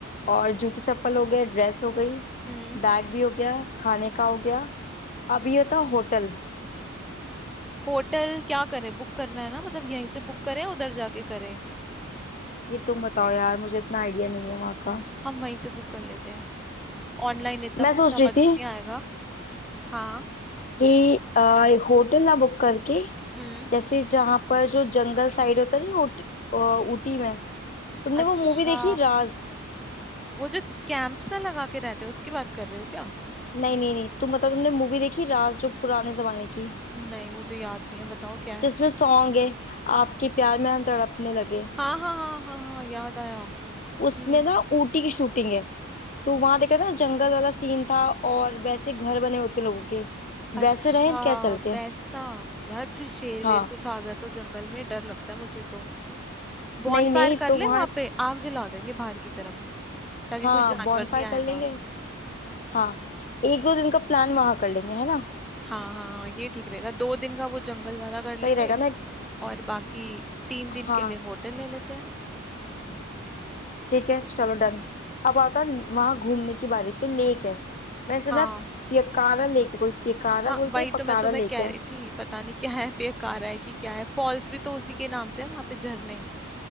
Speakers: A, on the left; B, in the centre.
A: और जूते चप्पल हो गए ड्रेस हो गई
B: हम्म
A: बैग भी हो गया खाने का हो गया अब ये था होटल
B: होटल क्या करें बुक करना है ना मतलब यहीं से बुक करें उधर जाके करें
A: ये तुम बताओ यार मुझे इतना आइडिया नहीं है वहाँ का
B: हम वहीं से बुक कर लेते हैं ऑनलाइन इतना
A: मैं
B: कुछ
A: सोच
B: समझ
A: रही थी
B: नहीं आएगा हाँ
A: कि आ, होटल ना बुक करके
B: हम्म
A: जैसे जहां पर जो जंगल साइड होता नहीं ऊटी अ, ऊटी में तुमने
B: अच्छा
A: वो मूवी देखी राज
B: वो जो कैंप सा लगा के रहते हैं उसकी बात कर रहे हो क्या
A: नहीं नहीं नहीं तुम बताओ तुमने मूवी देखी राज जो पुराने जमाने की
B: नहीं मुझे याद नहीं है बताओ क्या है
A: जिसमें सॉन्ग है आपके प्यार में हम तड़पने लगे
B: हाँ हाँ हाँ हाँ हाँ याद आया
A: उसमें
B: हम्म
A: ना ऊटी की शूटिंग है तो वहां देखा ना जंगल वाला सीन था और वैसे घर बने होते लोगों के
B: अच्छा
A: वैसे रहे क्या चल के
B: वैसा यार फिर शेर
A: हाँ
B: वेर कुछ आ गया तो जंगल में डर लगता है मुझे तो बॉनफायर
A: नहीं नहीं
B: कर
A: तो
B: ले
A: वहां
B: वहां पे आग जला देंगे बाहर की तरफ ताकि
A: हाँ
B: कोई जानवर
A: बॉनफायर
B: नहीं आएगा
A: कर लेंगे हाँ एक दो दिन का प्लान वहां कर लेंगे है ना
B: हाँ हाँ हाँ ये ठीक रहेगा दो दिन का वो जंगल वाला कर लेंगे
A: सही रहेगा ना
B: और बाकी तीन
A: हाँ
B: दिन के लिए होटल ले लेते हैं
A: ठीक है चलो डन अब आता है वहां घूमने की बारी पे लेक है मैंने सुना
B: हाँ
A: है पियकारा लेक है कोई पियकारा
B: हाँ
A: बोलते
B: वही
A: हैं पकारा
B: तो मैं तुम्हें
A: लेक
B: कह
A: है
B: रही थी पता नहीं क्या है बेकार है कि क्या है फॉल्स भी तो उसी के नाम से है वहां पे झरने